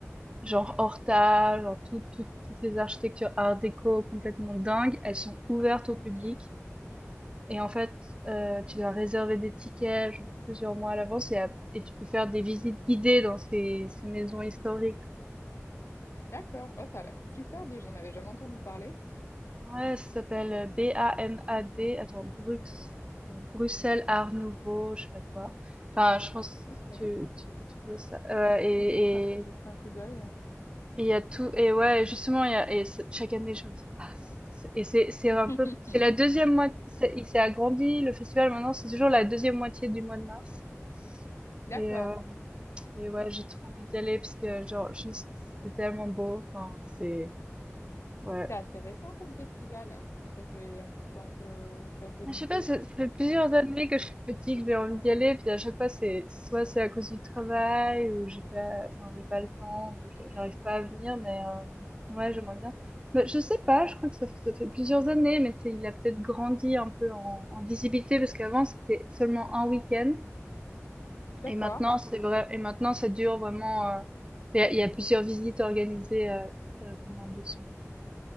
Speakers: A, on the right; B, on the left.
A: genre Horta, genre tout- tout- toutes les architectures Art déco complètement dingues, elles sont ouvertes au
B: Mhm.
A: public. Et en fait, heu, tu dois réserver des tickets, genre plusieurs mois à l'avance et ap et tu peux faire des visites guidées dans ces ces maisons historiques.
B: D'accord. Oh, ça a l'air super bien, j'en avais jamais entendu parler.
A: Ouais, ça s'appelle, heu, B-A-N-A-D, attends, Brux attends, Bruxelles Art Nouveau, je sais pas quoi. Enfin, je pense
B: Ok.
A: que tu tu peux trouver ça, heu et
B: Je jetterai, je
A: et
B: jetterai un coup d'œil.
A: et il y a tout et ouais, justement, il y a et c chaque année, je me dis: «Ah» c et c'est c'est un
B: <laughs>
A: peu c'est la deuxième moitié. il s'est agrandi, le festival, maintenant, c'est toujours la deuxième moitié du mois de mars
B: D'accord.
A: et heu Et ouais, j'ai trop envie d'y aller parce que, genre, juste, c'est tellement beau. Enfin, c'est, ouais.
B: C'est assez récent comme festival, hein, ou ça fait un petit temps que c'est organisé?
A: Je sais pas, ça, ça fait plusieurs années que je suis petite, que j'ai envie d'y aller. Puis à chaque fois, c'est, soit c'est à cause du travail, ou j'ai pas, enfin, j'ai pas le temps, ou je-
B: Mhm.
A: j'arrive pas à venir, mais, euh, ouais, j'aimerais bien. Mais je sais pas, je crois que ça, ça fait plusieurs années, mais c'est, il a peut-être grandi un peu en, en visibilité parce qu'avant, c'était seulement un week-end.
B: D'accord.
A: Et maintenant, c'est vrai, et maintenant, ça dure vraiment, euh, il y a, il y a plusieurs visites organisées, euh, euh, pendant deux semaines.